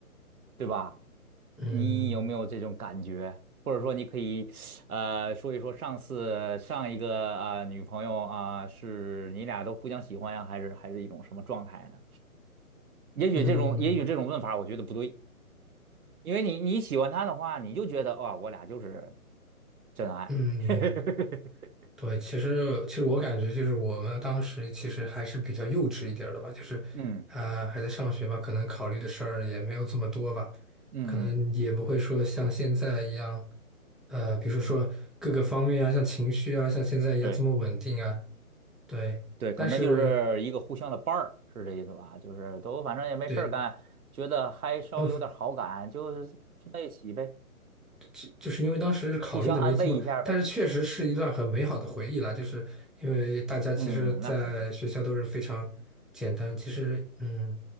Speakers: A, on the right (about 70°); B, in the centre.
A: 对吧？
B: 嗯
A: 你有没有这种感觉？或者说，你可以呃说一说上次上一个啊、呃女朋友啊、是你俩都互相喜欢呀，还是还是一种什么状态呢？也许这种也许这种问法，
B: 嗯
A: 我觉得不对，因为你你喜欢他的话，你就觉得哇，我俩就是真爱。
B: 嗯，
A: <laughs>
B: 对，其实其实我感觉就是我们当时其实还是比较幼稚一点儿的吧，就是啊、
A: 嗯
B: 还在上学嘛，可能考虑的事儿也没有这么多吧，
A: 嗯嗯，
B: 可能也不会说像现在一样，呃，比如说各个方面啊，像情绪啊，像现在一样这么稳定啊，
A: 对，
B: 对，
A: 对，可能就是一个互相的伴儿，
B: 但是
A: 是这意思吧？就是都反正也没事儿干，
B: 对，
A: 觉得还稍微有点好感，
B: 呃
A: 就就在一起呗，
B: 就就是因为当时考虑的没这么，
A: 互相安慰一下呗。
B: 但是确实是一段很美好的回忆啦。就是因为大家其实，
A: 嗯，
B: 在学校都是非常简单。
A: 那肯定。
B: 其实，嗯，